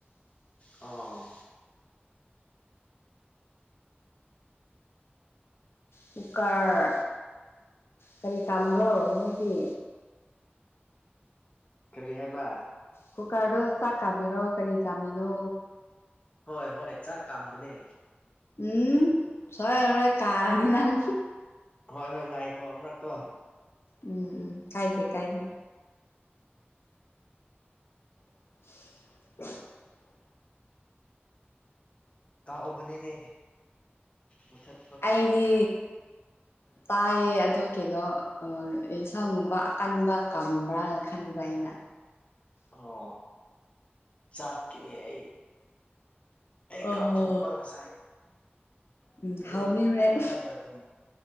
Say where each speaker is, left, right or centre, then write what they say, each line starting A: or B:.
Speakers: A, on the left (about 30°); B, on the left (about 85°).
A: ꯑꯣ
B: ꯀꯨꯀꯔ ꯀꯔꯤ ꯀꯥꯝꯕ꯭ꯔꯣ ꯅꯣꯏꯗꯤ
A: ꯀꯔꯤ ꯍꯥꯏꯕ
B: ꯀꯨꯀꯔꯗꯣ ꯆꯥꯛ ꯀꯥꯝꯃꯤꯔꯣ ꯀꯔꯤ ꯀꯥꯝꯃꯤꯅꯣ
A: ꯍꯣꯏ ꯍꯣꯏ ꯆꯥꯛ ꯀꯝꯕꯅꯦ
B: ꯎꯝ ꯁꯣꯏꯔꯣꯏ ꯀꯥꯔꯗꯤ ꯅꯪ
A: ꯍꯣꯏ ꯍꯣꯏ ꯉꯥꯏꯈꯣ ꯑꯃꯨꯔꯛꯀꯣ
B: ꯎꯝ ꯎꯝ ꯀꯥꯏꯗꯦ ꯀꯥꯏꯗꯦ <unintelligible>
A: ꯀꯥꯎꯕꯅꯤꯅꯦ ꯃꯨꯊꯠ
B: ꯑꯩꯗꯤ ꯇꯥꯏꯌꯦ ꯑꯗꯨ ꯀꯤꯅꯣ ꯊꯝꯕ ꯀꯟꯕ ꯀꯥꯟꯗ ꯈꯟꯕ ꯑꯩꯅ
A: ꯑꯣ ꯆꯥꯛꯄꯤꯔ‌ꯦ ꯑꯩ ꯑꯩ
B: ꯑꯍꯣ
A: ꯀꯥꯎꯊꯣꯛꯄ ꯉꯁꯥꯏ
B: ꯎꯝ
A: ꯑꯌꯨꯛ
B: ꯍꯥꯎꯅꯤ ꯍꯣꯔꯦꯟ
A: ꯍꯧꯒꯠꯂꯒ ꯗꯨꯝ